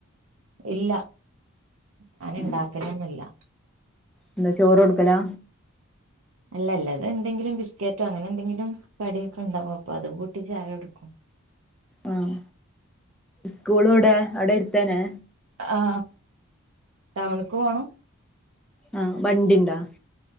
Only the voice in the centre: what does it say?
ഉം
എന്താ ചോറു കൊടുക്കലാ
ആമ് സ്കൂളിവടെ അവിടെ അടുത്തന്നെ
ആ ബണ്ടി ണ്ടാ